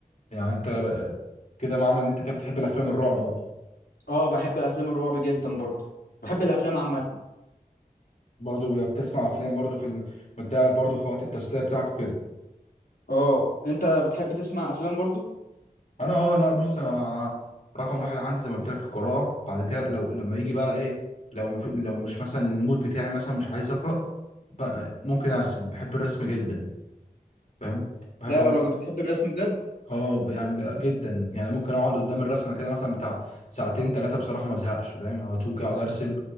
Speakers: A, on the left; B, on the left.
A: يعني انت بقى- كده معنى ان انت كده بتحب الافلام الرعب بقى
B: اه بحب افلام الرعب جدا برضو بحب الافلام عامه
A: برضو بتسمع افلام برضو في ال... بتاع برضو في وقت التسلية بتاعك
B: اه انت بتحب تسمع افلام برضو
A: انا اه لا بص انا رقم واحد عندي زي ما قلت لك القراءه بعد كده لو لما يجي بقى ايه لو ما في لو مش مثلا المود بتاعي مثلا مش عايز اقرا بقى ممكن ارسم بحب الرسم جدا فاهم بحب
B: لا يا راجل بتحب الرسم بجد
A: اه ب- يعني لأ، جدا يعني ممكن اقعد قدام الرسمه كده مثلا بتاع ساعتين ثلاثه بصراحه ما ازهقش فاهم على طول كده اقعد ارسم